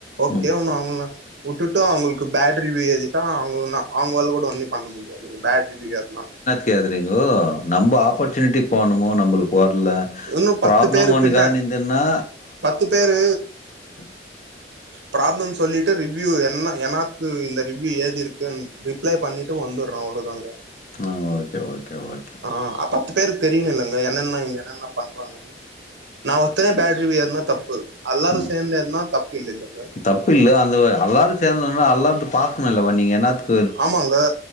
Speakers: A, on the right; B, on the left.
A: ஓகே
B: ம்
A: ஒன்னு அவுங்கள நா வுட்டுட்டு அவுங்களுக்கு பேட்டரி வி ஏழுதிட்டா அவுங்க நா அவுங்கள் கூட வந்து பண்ண முடியாதுங்க பேட்டரி வீ அதுனா
B: கேதரிங்கோ நம்ம ஆப்பர்ச்சுனிட்டி போனுமோ நம்மளுக்கு வரல
A: இன்னு
B: ப்ராப்ளம்
A: பத்து பேரு
B: ஒன்னு
A: பின்ன
B: கார இந்தின்னா
A: பத்து பேரு
B: ம்
A: ப்ராப்ளம் சொல்லிட்டு ரிவ்யூ என்னா என்னாக்கு இந்த ரிவ்யூ ஏது இருக்குன்னு அப்ளை பண்ணிட்டு வந்துர்றோ அவ்ளோ தா அங்க
B: ஆ ஓகே ஓகே ஓகே
A: ஆ பத்து பேருக்கு தெரியுனு இல்லங்க என்னென்ன என்ன பண்றாங்கன்னு நா ஒத்தயே பே <unintelligible> ஏற்னா தப்பு அல்லாரு
B: ம்
A: சேந்து ஏற்னா தப்பு இல்லேலங்க
B: தப்பு இல்ல அந்த வ அல்லாரு சேர்ந்தோனா அல்லாருந்து பாக்கணு இல்லவா நீங்க என்னாத்து
A: ஆமாங்க